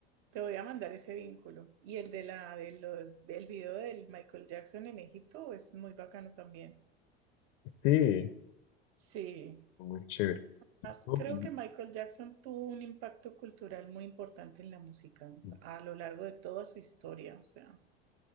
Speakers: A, on the right; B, on the left.
A: te voy a mandar ese vínculo. Y el de la, de los, del video del Michael Jackson en Egipto es muy bacano también.
B: Sí,
A: Sí.
B: muy chévere.
A: As-
B: No,
A: Creo
B: y-
A: que Michael Jackson tuvo un impacto cultural muy importante en la música
B: y-
A: a lo largo de toda su historia, o sea,